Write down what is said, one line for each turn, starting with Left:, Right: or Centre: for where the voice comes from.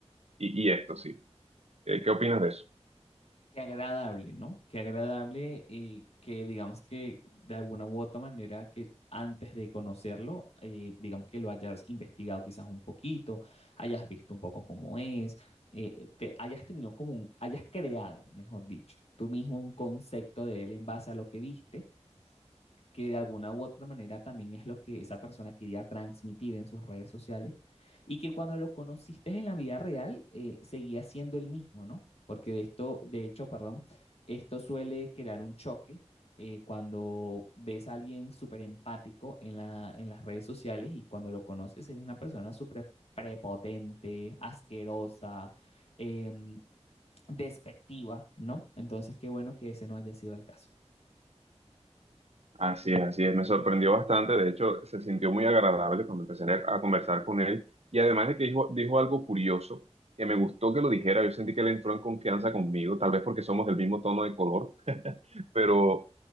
Right: y, y esto, sí. Eh, ¿qué opinas de eso?
Left: Qué agradable, ¿no? Qué agradable eh, que digamos que de alguna u otra manera que antes de conocerlo, eh, digamos que lo hayas investigado quizás un poquito, hayas visto un poco cómo es, eh, te hayas tenido como un, hayas creado, mejor dicho, tú mismo un concepto de él en base a lo que viste que de alguna u otra manera también es lo que esa persona quería transmitir en sus redes sociales y que cuando lo conociste en la vida real eh, seguía siendo el mismo, ¿no? Porque de esto, de hecho, perdón, esto suele crear un choque eh, cuando ves a alguien súper empático en la, en las redes sociales y cuando lo conoces es una persona súper prepotente, asquerosa, eh, despectiva, ¿no? Entonces, qué bueno que ese no haya sido el caso.
Right: Así es, así es, me sorprendió bastante, de hecho se sintió muy agradable cuando empecé a, a conversar con él y además de que dijo, dijo algo curioso, que me gustó que lo dijera, yo sentí que él entró en confianza conmigo, tal vez porque somos del mismo tono de color, pero